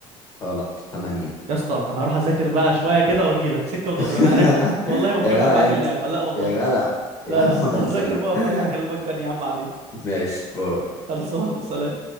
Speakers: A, on the left (about 25°); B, on the right (about 55°).
A: غلط تمانية
B: يا اسطى انا هروح اذاكر بقى شوية كده واجيلك سكة ودغري
A: <laughs>
B: انا قرفت والله ما مكمل
A: يا جدع
B: معاك
A: انت
B: اللعبة لا والله
A: يا جدع
B: لا
A: يا عم
B: لا
A: خلصان
B: <laughs> هذاكر بقى وبرجع
A: <laughs>
B: اكلمك تاني يا عم بعدين
A: ماشي باي
B: خلصان سلام